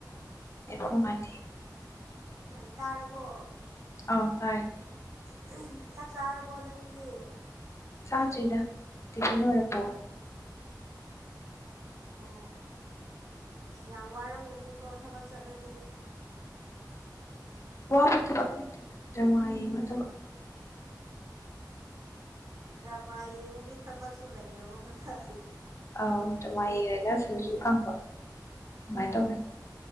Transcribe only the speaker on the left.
ꯅꯦꯠꯋꯥꯔꯛ ꯅꯨꯡꯉꯥꯏꯇꯦ꯫
ꯑꯥꯎ ꯇꯥꯏ ꯇꯥꯏ꯫
ꯆꯥꯗ꯭ꯔꯤꯗ ꯇꯤꯐꯤꯟ ꯑꯣꯏꯅ ꯄꯨꯔꯦ꯫
ꯋꯥꯕ ꯊꯕꯛ ꯅꯠꯇꯦꯗ ꯗ꯭ꯔꯃꯥ ꯌꯦꯡꯕ ꯊꯕꯛ
ꯑꯧ ꯗ꯭ꯔꯃꯥ ꯌꯦꯡꯂꯒ ꯁꯦꯂꯔꯤ ꯐꯪꯕ꯫ ꯑꯗꯨꯃꯥꯏꯅ ꯇꯧꯔꯦ